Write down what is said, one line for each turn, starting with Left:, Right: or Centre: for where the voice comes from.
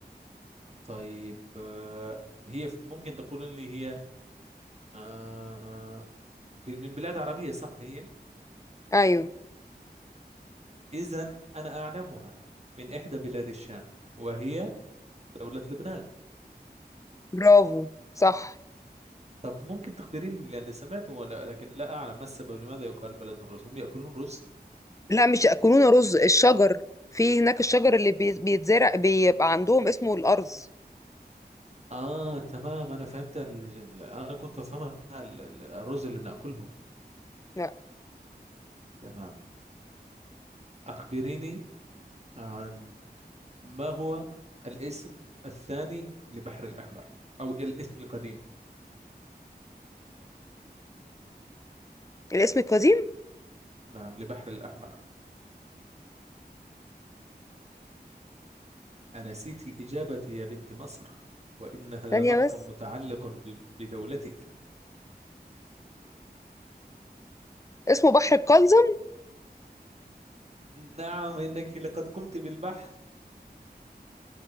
Right: طيب آه، هي ف- ممكن تقول لي هي آه، ب- من بلاد عربية صح هي
Left: ايوه
Right: إذا أنا أعلمها من إحدى بلاد الشام وهي دولة لبنان
Left: برافو صح
Right: طب ممكن تخبريني لأني سمعت ولا لكن لا أعلم ما السبب لماذا يقال بلد الرز هم يأكلون رز
Left: لا مش يأكلون رز الشجر في هناك الشجر اللي بي- بيتزرع بيبقى عندهم اسمه الأرز
Right: اه تمام انا فهمت ال... ال- انا كنت افهمها ال- ال- الرز اللي ناكله
Left: لا
Right: تمام اخبريني عن ما هو الاسم الثاني لبحر الاحمر او الاسم القديم
Left: الاسم القديم
Right: نعم لبحر الاحمر انسيت الاجابه يا بنت مصر وان هذا
Left: ثانية
Right: بحر
Left: بس
Right: متعلق ب- بدولتك
Left: اسمه بحر القلزم
Right: نعم انك لقد قمت بالبحث